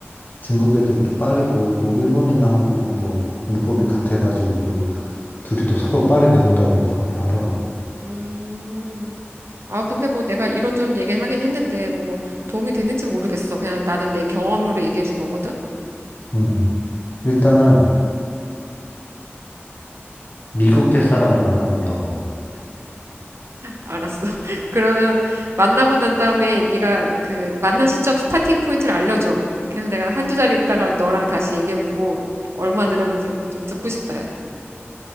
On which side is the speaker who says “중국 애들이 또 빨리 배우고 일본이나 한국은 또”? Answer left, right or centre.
Left